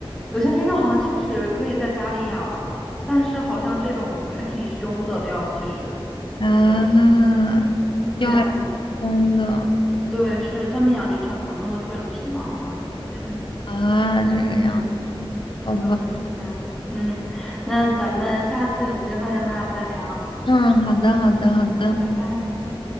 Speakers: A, in the centre; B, on the left.
A: 有些品种好像确实可以在家里养，但是好像这种还挺凶的雕，其实
B: 啊，
A: 对，是这样子。
B: 要还挺凶的
A: 对，是他们养殖场可能更多就是为了皮毛嘛。<clears throat> 嗯，
B: 啊，这个样，
A: 嗯，
B: 好吧，
A: 对，是这样的。嗯，那咱们下次有机会的话再聊。
B: 嗯，好的，好的，好的，
A: 好，拜拜。嗯。